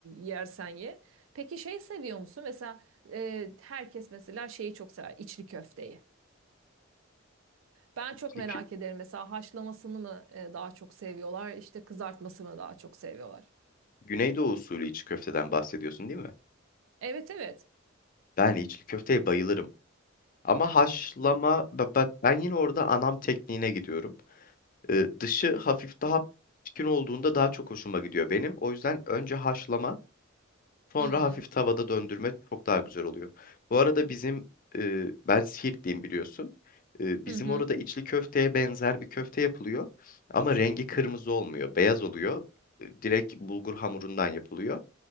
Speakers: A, on the right; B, on the left.
A: yersen ye. Peki şey seviyor musun mesela e, herkes mesela şeyi çok sever içli köfteyi. Ben çok
B: İçli
A: merak
B: kö-
A: ederim mesela haşlamasını mı e, daha çok seviyorlar işte kızartmasını mı daha çok seviyorlar.
B: Güneydoğu usulü içli köfteden bahsediyorsun değil mi?
A: Evet evet.
B: Ben içli köfteye bayılırım. Ama haşlama, ba- ba- ben yine orada anam tekniğine gidiyorum. Ee, dışı hafif daha pişkin olduğunda daha çok hoşuma gidiyor benim. O yüzden önce haşlama, Sonra
A: Hmm.
B: hafif tavada döndürme çok daha güzel oluyor. Bu arada bizim e, ben Siirtliyim biliyorsun. E, bizim
A: Hı hı.
B: orada içli köfteye benzer bir köfte yapılıyor. Ama rengi kırmızı olmuyor, beyaz oluyor. E, Direkt bulgur hamurundan yapılıyor.